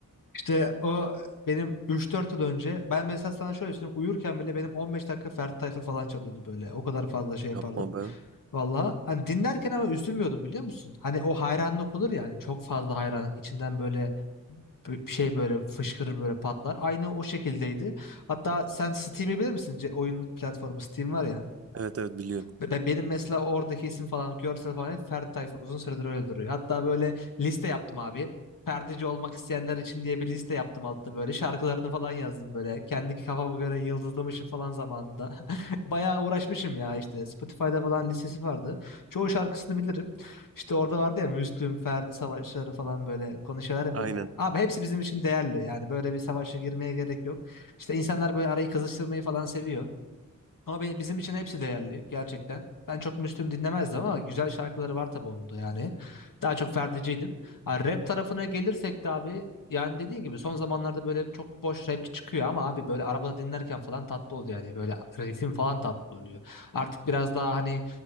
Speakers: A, on the left; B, on the right.
A: İşte o benim üç dört yıl önce ben mesela sana şöyle söyleyeyim uyurken bile benim 15 dakika Ferdi Tayfur falan çalıyordu böyle. O kadar fazla şey yapardım.
B: Yapma be.
A: Valla hani dinlerken ama üzülmüyordum biliyor musun? Hani o hayranlık olur ya hani çok fazla hayranlık içinden böyle bi- bir şey böyle fışkırır böyle patlar. Aynı o şekildeydi. Hatta sen Steam'i bilir misin? Ce- Oyun platformu Steam var ya.
B: Evet evet biliyorum.
A: Be- be- Benim mesela oradaki isim falan görsel falan hep Ferdi Tayfur. Uzun süredir öyle duruyor. Hatta böyle liste yaptım abi. Ferdici olmak isteyenler için diye bir liste yaptım altta böyle. Şarkılarını falan yazdım böyle. Kendi kafama göre yıldızlamışım falan zamanında. <laughs> Bayağı uğraşmışım ya işte. Spotify'da falan listesi vardı. Çoğu şarkısını bilirim. İşte orada vardı ya Müslüm, Ferdi savaşları falan böyle konuşuyorlar ya
B: <laughs> Aynen.
A: böyle. Abi hepsi bizim için değerli. Yani böyle bir savaşa girmeye gerek yok. İşte insanlar böyle arayı kızıştırmayı falan seviyor. Ama be- bizim için hepsi değerli gerçekten. Ben çok Müslüm dinlemezdim ama güzel şarkıları var tabii onun da yani. Daha çok Ferdi'ciydim. Ha, rap tarafına gelirsek de abi yani dediğin gibi son zamanlarda böyle çok boş rapçi çıkıyor ama abi böyle arabada dinlerken falan tatlı oluyor yani böyle ritim falan tatlı oluyor. Artık biraz daha hani